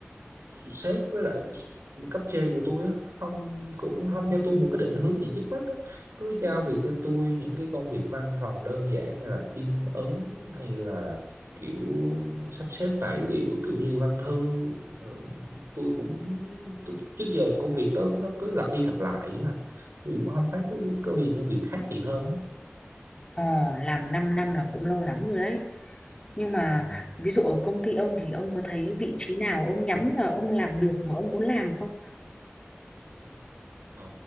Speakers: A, on the right (about 75°); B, on the left (about 20°).
A: sếp với lại cấp trên của tôi á không cũng không cho tôi một cái định hướng gì trước mắt á cứ giao việc cho tôi những cái công việc văn phòng đơn giản như là in ấn hay là kiểu sắp xếp tài liệu kiểu như văn thư Rồi tôi cũng tôi, trước giờ công việc đó nó cứ lặp đi lặp lại á tôi cũng không thấy cái, cái, cái gì công việc khác gì hơn á
B: Ờ, làm 5 năm là cũng lâu lắm rồi đấy. Nhưng mà
A: Ừ.
B: ví dụ ở công ty ông thì ông có thấy vị trí nào ông nhắm là ông làm được mà ông muốn làm không?
A: Ờ,